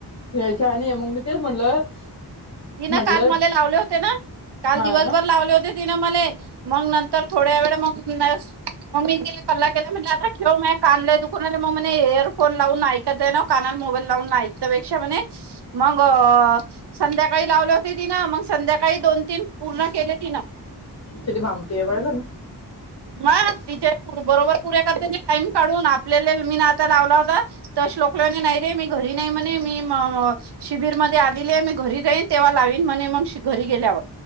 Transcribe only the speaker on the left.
हेय छान आहे मग मी तेच म्हटलं
म्हटलं
हा
ना.
किती भामटी आहे पाहिलं ना